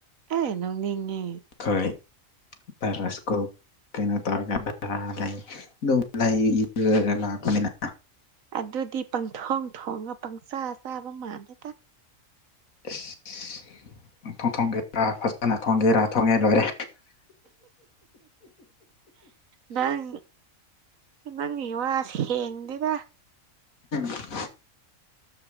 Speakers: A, on the right (about 75°); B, on the left (about 85°).
A: ꯑꯦ ꯅꯣꯛꯅꯤꯡꯉꯦ
B: ꯈꯣꯏ ꯄ ꯔꯥꯁꯀꯣ ꯀꯩꯅꯣ ꯇꯧꯔꯒꯗꯔ ꯂꯩ ꯂꯩ ꯏꯂ ꯂꯥꯛꯄꯅꯤꯅ
A: ꯑꯗꯨꯗꯤ ꯄꯪꯊꯣꯡ ꯊꯣꯡꯉ ꯄꯪꯆꯥ ꯆꯥꯕ ꯃꯥꯜꯂꯦꯗ
B: <unintelligible> ꯊꯣꯡ ꯊꯣꯡꯒꯦꯔꯥ ꯐꯖꯅ ꯊꯣꯡꯒꯦꯔꯥ ꯊꯣꯡꯉꯦ ꯂꯣꯏꯔꯦ
A: ꯅꯪ ꯅꯪꯒꯤ ꯋꯥ ꯁꯦꯡꯗꯦꯗ
B: <inaudible>